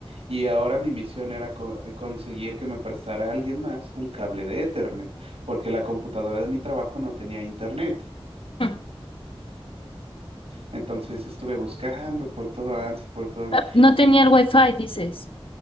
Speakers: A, on the right (about 85°); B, on the left (about 65°).
A: Y ahora mi misión era co- eh, conseguir que me prestara alguien más un cable de Ethernet, porque la computadora de mi trabajo no tenía internet.
B: <laughs>
A: Entonces estuve buscando por todo Ansi, por todo Ansi.
B: Ah, No tenía el wifi, dices.